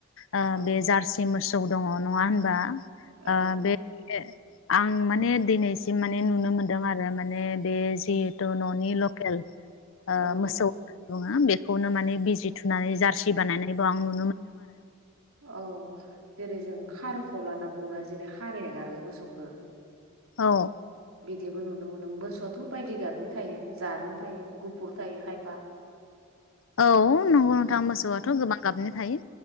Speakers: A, on the left; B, on the right.
A: ओ
B: औ
A: बे जारसि मोसौ जौ दङ नङा होनबा
B: औ
A: आ बे आं माने दिनैसिम माने नुनो मोनदों आरो माने बे जिहेतु ननि लकेल ओ
B: औ
A: मोसौ बुङो बेखौनो माने बिजि थुनानै जारसि बानायनायबो आं नु
B: औ जेरै जों खार फल लाना बुंङोना जेरै खाराय हगारो मोसौखौ
A: औ
B: बिदिबो नुनो मोनो मोसौआथ बायदि गाबनि थायो जारोम थायो गुफुर थायो खायफा
A: औ नंगौ नोंथां
B: औ
A: मोसौआथ' गोबां गाबनि थायो